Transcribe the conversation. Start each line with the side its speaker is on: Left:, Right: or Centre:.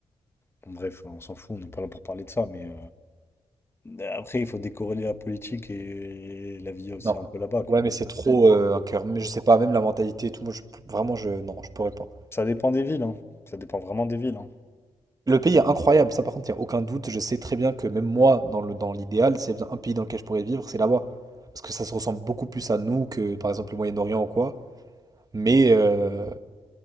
Left: bon, bref, on s'en fout, on n'est pas là pour parler de ça. Mais euh, après, il faut décorréler la politique et la vie aussi
Right: Non.
Left: un peu là-bas, quoi.
Right: Ouais, mais c'est trop euh, un cœur. Mais je sais pas, même la mentalité et tout. Moi, je- vraiment, je... Non, je pourrais pas.
Left: Ça dépend des villes, hein. Ça dépend vraiment des villes, hein.
Right: Le pays est incroyable, ça par contre, il n'y a aucun doute. Je sais très bien que même moi, dans le, dans l'idéal, s'il y a bien un pays dans lequel je pourrais vivre, c'est là-bas. Parce que ça se ressemble beaucoup plus à nous que par exemple le Moyen-Orient ou quoi. Mais, euh,